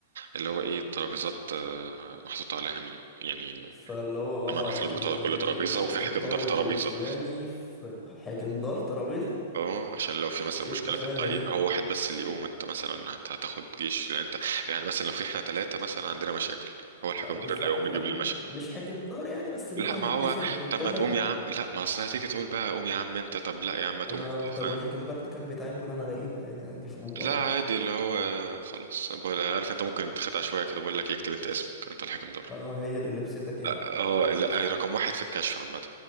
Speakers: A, on the right (about 70°); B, on the left (about 20°).
A: اللي هو ايه الترابيزات آه، محطوط عليها مين يعني
B: فاللي هو اه
A: ثمان افراد
B: يعني
A: بتوع كل ترابيزه
B: الطالب
A: وفي حاجه مدار ترابيزه
B: الفلاني في حاكم دار ترابيزة
A: اه عشان لو في مثلا
B: ايه
A: مشكله
B: التفاهة
A: في التعيين
B: دي
A: هو واحد بس اللي يقوم انت مثلا انت هتاخد جيش لان انت يعني مثلا لو في احنا ثلاثه مثلا عندنا مشاكل هو الحكم
B: آه، بالظبط
A: ده اللي هيقوم
B: هن...
A: يجيب لي
B: مش حاكم دار يعني بس اللي
A: لا
B: هو هنتفق
A: ما هو
B: يا رجالة
A: طب ما تقوم يا عم لا ما اصل هتيجي تقول بقى قوم يا عم انت طب لا يا عم ما تقوم
B: آه
A: انت
B: طب
A: فاهم
B: والحاكم دار ده كان بيتعين بناء على ايه بقى يعني عندي فضول
A: لا
B: اعرف
A: عادي اللي هو خلاص بقول- عارف انت ممكن تخدع شويه كده بقول لك اكتب انت اسمك انت الحكم دور
B: اه هي اللي لبستك يعني
A: اه آه، لا هي رقم واحد في الكشف عامه